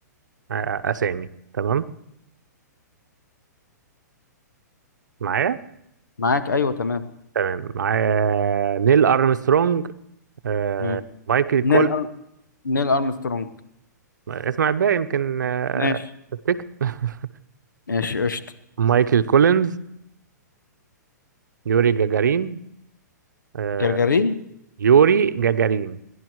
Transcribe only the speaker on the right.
آه، اسامي تمام معايا
تمام معايا نيل ارمسترونج آه،
مايكل كولينز
اسمع الباقي يمكن آه،
تفتكر <laughs>
مايكل كولينز يوري جاجارين آه،
يوري جاجارين